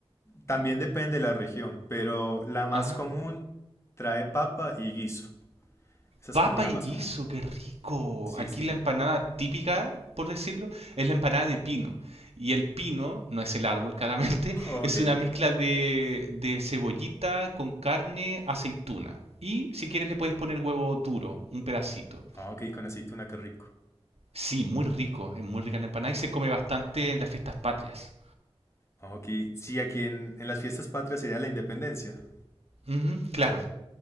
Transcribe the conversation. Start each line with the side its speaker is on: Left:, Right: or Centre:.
Left: También depende de la región, pero la más
Right: Ajá.
Left: común Trae papa y guiso. Esa
Right: Papa
Left: es como la
Right: y
Left: más
Right: guiso,
Left: común.
Right: qué rico.
Left: Sí,
Right: Aquí
Left: sí.
Right: la empanada típica, por decirlo, es la empanada de pino. Y el pino, no es el árbol claramente, <laughs>
Left: Oh,
Right: es
Left: Ok,
Right: una
Left: ok.
Right: mezcla
Left: ok.
Right: de, de cebollita con carne, aceituna. Y si quieres le puedes poner huevo duro, un pedacito.
Left: Ah, ok, con aceituna, qué rico.
Right: Sí, muy rico, es muy rica la empanada y se come bastante en las fiestas patrias.
Left: Ah, Ok, sí, aquí en, en las fiestas patrias sería la independencia.
Right: Ujú, claro.